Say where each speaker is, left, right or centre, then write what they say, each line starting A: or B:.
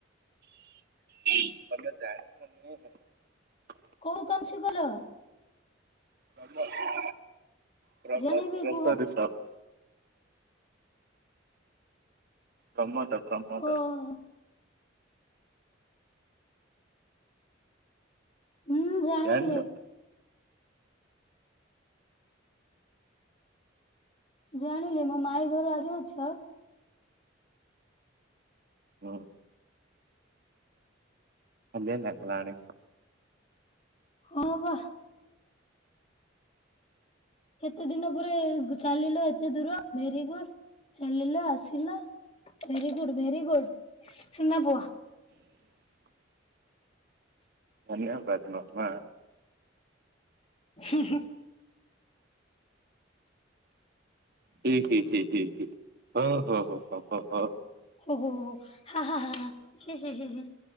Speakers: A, on the right; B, on the left.
A: <unintelligible> ଜାଣି <unintelligible>
B: କୋଉ <unintelligible> ଭଲ
A: ପ୍ରମୋଦ ପ୍ରମୋଦ
B: ଜାଣିବି
A: ଗ୍ରୋସୋରୀ
B: କୁହ
A: ସପ୍ ପ୍ରମୋଦ ପ୍ରମୋଦ
B: ଓହୋ ହୁଁ ଜାଣିଲି
A: ଜାଣିଲ
B: ଜାଣିିଲେ ମୋ ମାଇଁ ଘରୁ ଆଗ ଅଛ
A: ହୁଁ <unintelligible>
B: ହଁ ବା କେତେ ଦିନ ପରେ ଚାଲିଲ ଏତେ ଦୂର ଭେରି ଗୁଡ ଚାଲିଲ ଆସିଲ ଭେରିଗୁଡ ଭେରିଗୁଡ ସୁନା ପୁହ
A: <inaudible> ଧନ୍ୟବାଦ ଲୋ ମା
B: ହୁଁ ହୁଁ
A: ହି ହି ହି ହଁ ହଁ ହଁ ହଁ
B: ହ ହ ହ ହା ହା ହା ହେ ହେ ହେ